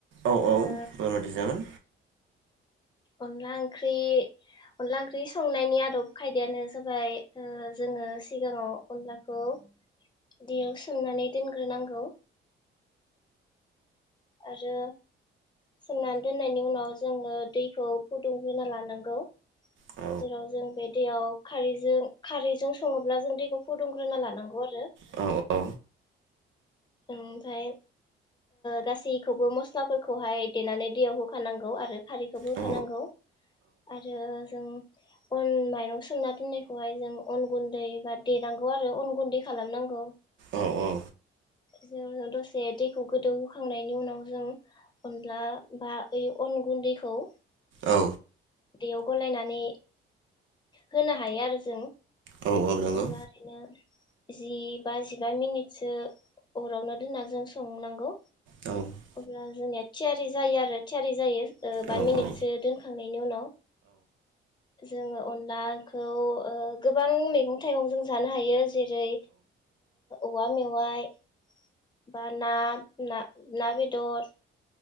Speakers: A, on the right; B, on the left.
A: औ औ
B: ओ
A: फोरमायथि जागोन
B: अनला ओंख्रि अनला ओंख्रि संनायनि आदब खायदायानो जाबाय जोङो सिगाङाव अनलाखौ दैयाव सोमनानै दोनग्रोनांगौ। आरो सोमनानै दोननायनि उनाव जोङो दैखौ फुदुंग्रोना लानांगौ
A: औ
B: जेराव जों बे दैयाव खारैजों खारैजों सङोब्ला जों दैखौ फुदुंग्रोना लानांगौ आरो।
A: औ औ
B: ओमफ्राय गासैखौबो मस्लाफोरखौहाय देनानै दैयाव होखानांगौ आरो खारैखौबो होखानांगौ
A: औ
B: आरो जों अन माइरं सोमना दोननायखौहाय जों अन गुन्दै बा देनांगौ आरो अन गुन्दै खालामनांगौ।
A: औ औ
B: जों दसे दैखौ गोदौहोखांनायनि उनाव जों अनला बा ओइ अन गुन्दैखौ
A: औ
B: दैयाव गलायनानै होनो हायो आरो जों।
A: औ औ नंगौ
B: अब्ला ओरैनो जि बा जिबा मिनिटसो अरावनो दोनना जों संनांगौ
A: औ नंगौ
B: अब्ला जोंनिया थियारि जायो आरो थियारि जायो। बा
A: औ
B: मिनिटसो
A: औ
B: दोनखांनायनि उनाव जोङो अनलाखौ गोबां मैगं थाइगंजों जानो हायो जेरै औवा मेवाइ बा ना ना ना बेदर